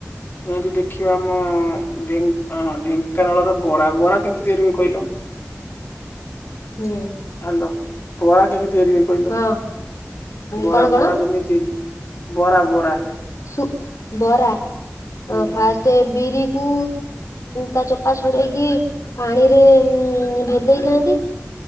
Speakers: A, on the left (about 40°); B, on the left (about 90°).
A: ଏମତି ଦେଖିବା ଆମ ଢେଙ୍କ ଢେଙ୍କାନାଳର ବରା ବରା କେମିତି ତିଆରି ହୁଏ କହିଲ।
B: ହୁଁ।
A: ହାଲୋ। ବରା କେମିତି ତିଆରି ହୁଏ? କହିଲ?
B: ହଁ
A: ବରା
B: କଣ କଣ?
A: ବରା କେମିତି ତିଆରି ବରା ବରା
B: ସୁ ବରା
A: ହୁଁ
B: ଫାଷ୍ଟ ବିରି କୁ ତା ଚୋପା ଛଡେଇକି ପାଣିରେ ଭେଦେଇ ଥାଆନ୍ତି।